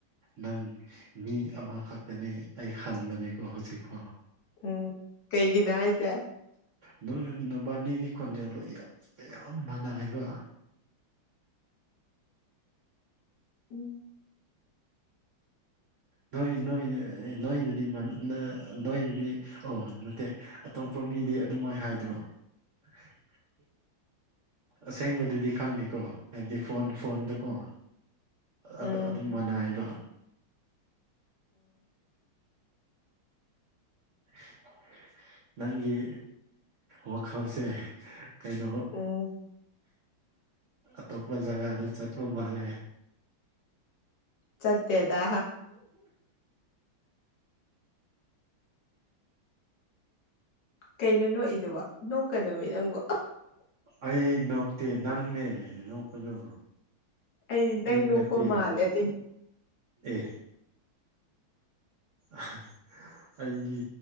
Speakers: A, on the right (about 75°); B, on the left (about 65°).
A: ꯅꯪ ꯃꯤ ꯑꯃꯈꯛꯇꯅꯦ ꯑꯩ ꯍꯟꯕꯅꯦꯀꯣ ꯍꯧꯖꯤꯛꯐꯥꯎ
B: ꯎꯝ ꯀꯩꯒꯤꯅꯣ ꯍꯥꯏꯖꯦ
A: ꯅꯣꯏ ꯃꯕꯥꯅꯤꯒꯤ ꯈꯣꯟꯖꯦꯜꯗꯣ ꯌꯥꯝ ꯌꯥꯝ ꯃꯅꯩꯍꯥꯏꯕ
B: ꯎꯝ
A: ꯅꯣꯏ ꯅꯣꯏ ꯅꯣꯏ ꯗꯗꯤ ꯃꯅ ꯅꯥ ꯅꯣꯏꯗꯨꯗꯤ ꯑꯣ ꯅꯠꯇꯦ ꯑꯇꯣꯞꯄ ꯃꯤꯗꯤ ꯑꯗꯨꯃꯥꯏ ꯍꯥꯏꯗ꯭ꯔꯣ <inaudible> ꯑꯁꯦꯡꯕꯗꯗꯤ ꯈꯪꯗꯦꯀꯣ ꯍꯥꯏꯕꯗꯤ ꯐꯣꯟ ꯐꯣꯟꯗꯀꯣ
B: ꯎꯝ
A: ꯑꯗ ꯑꯗꯨꯝ ꯃꯥꯅꯥꯏꯕ <inaudible> ꯅꯪꯒꯤ ꯋꯥꯈꯜꯁꯦ ꯀꯩꯅꯣ
B: ꯎꯝ
A: ꯑꯇꯣꯞꯄ ꯖꯒꯥꯗ ꯆꯠꯄ ꯃꯥꯜꯂꯦ
B: ꯆꯠꯇꯦꯗ ꯀꯩꯅꯣ ꯅꯣꯛꯏꯗꯨꯕꯣ ꯅꯣꯛꯀꯅꯣꯃꯦ ꯅꯪꯕꯨ
A: ꯑꯩ ꯅꯣꯛꯇꯦ ꯅꯪꯅꯦ ꯅꯣꯛꯄꯗꯣ
B: ꯑꯩꯗꯤ ꯅꯪ
A: ꯑꯩ
B: ꯅꯣꯛꯄ
A: ꯅꯠꯇꯦ
B: ꯃꯥꯜꯂꯦ ꯑꯗꯨꯢ
A: ꯑꯦ ꯑꯍ ꯑꯩꯗꯤ